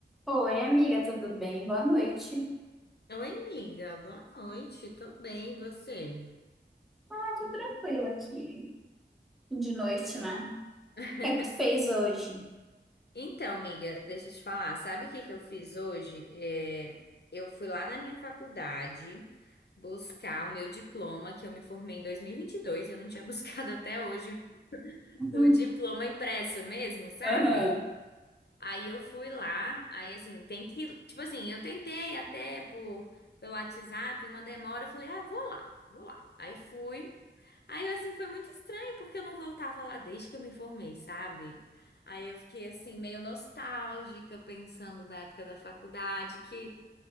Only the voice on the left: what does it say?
Oi, amiga, boa noite, tô bem, e você?
<laughs>
Então, amiga, deixa eu te falar, sabe o que que eu fiz hoje? É, eu fui lá na minha faculdade buscar o meu diploma, que eu me formei em 2022 e vinte e dois e eu não tinha <laughs> buscado até hoje
o, o diploma impresso mesmo, sabe?
Aí eu fui lá, aí assim, tem que, tipo assim, eu tentei até por pelo WhatsApp, uma demora, eu falei, ah, vou lá, vou lá. Aí fui. Aí, assim, foi muito estranho, porque eu não voltava lá desde que eu me formei, sabe? Aí eu fiquei, assim, meio nostálgica, pensando na época da faculdade, que